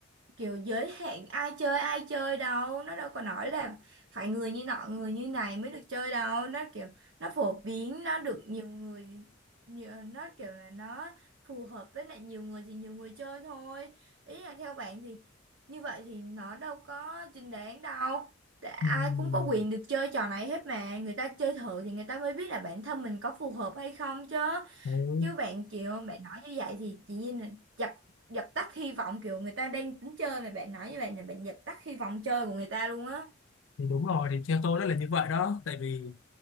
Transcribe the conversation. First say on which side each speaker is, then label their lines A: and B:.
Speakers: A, on the right; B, on the left.
A: kiểu giới hạn ai chơi ai chơi đâu nó đâu có nói là phải người như nọ người như này mới được chơi đâu nó kiểu nó phổ biến nó được nhiều người nhiều, nó kiểu là nó phù hợp với lại nhiều người thì nhiều người chơi thôi ý là theo bạn thì như vậy thì nó đâu có chính đáng đâu Tại ai
B: Ừm,
A: cũng có quyền được chơi trò này hết mà người ta chơi thử thì người ta mới biết là bản thân mình có phù hợp hay không chứ
B: ừ.
A: chứ bạn kiểu bạn nói như vậy thì chị Nhiên là dập dập tắt hy vọng kiểu người ta đang tính chơi mà bạn nói như vậy là bạn dập tắt hy vọng chơi của người ta luôn á
B: thì đúng rồi thì theo tôi đó là như vậy đó tại vì